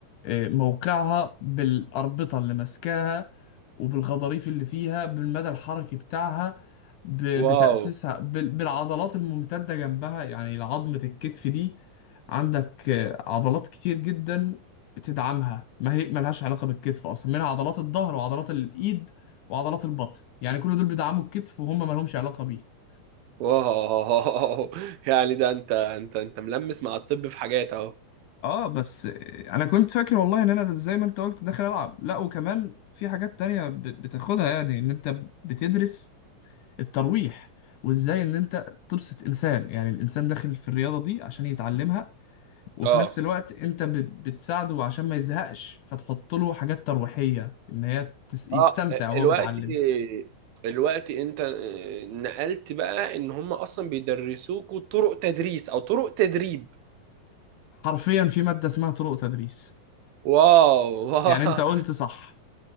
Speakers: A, on the left; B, on the right.
A: آه، موقعها بالأربطة اللي ماسكاها وبالغضاريف اللي فيها بالمدى الحركي بتاعها ب-
B: واو
A: بتأسيسها بال- بالعضلات الممتدة جنبها يعني عظمة الكتف دي عندك آه، عضلات كتير جدا بتدعمها ما هي ملهاش علاقة بالكتف أصلا منها عضلات الظهر وعضلات الإيد وعضلات البطن يعني كل دول بيدعموا الكتف وهم ملهمش علاقة بيه
B: واو <laughs> يعني ده انت انت انت ملمس مع الطب في حاجات اهو
A: اه بس انا كنت فاكر والله ان انا زي ما انت قلت داخل العب لا وكمان في حاجات تانية ب- بتاخدها يعني ان انت بتدرس الترويح وازاي ان انت تبسط انسان يعني الانسان داخل في الرياضة دي عشان يتعلمها وفي
B: اه
A: نفس الوقت انت بت- بتساعده عشان ما يزهقش فتحط له حاجات ترويحية ان هي تس- يستمتع
B: اه
A: وهو
B: الوقت
A: بيتعلم
B: الوقت انت نقلت بقى ان هم اصلا بيدرسوكوا طرق تدريس او طرق تدريب
A: حرفيا في مادة اسمها طرق تدريس
B: واو <laughs>
A: يعني انت قلت صح